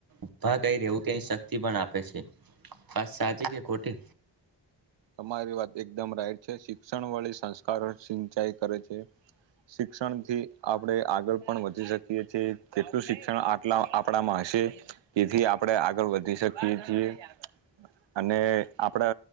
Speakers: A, on the right; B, on the right.
A: ઊભા કઈ રહેવું તે શક્તિ પણ આપે છે. વાત સાચી કે ખોટી?
B: તમારી વાત એકદમ રાઈટ છે. શિક્ષણ વાળી સંસ્કારો સિંચાઈ કરે છે. શિક્ષણથી આપણે આગળ પણ વધી શકીએ છીએ, કેટલું શિક્ષણ આટલા આપણામાં છે, તેથી આપણે આગળ વધી શકીએ છીએ. અને આપડા